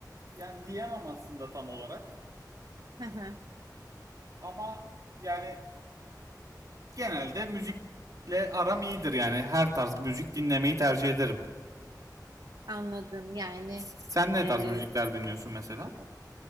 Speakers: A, on the right; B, on the right.
A: Yani diyemem aslında tam olarak
B: Hı hı.
A: ama yani genelde müzikle aram iyidir yani. Her tarz müzik dinlemeyi tercih ederim.
B: Anladım yani
A: Sen ne
B: e,
A: tarz müzikler dinliyorsun mesela?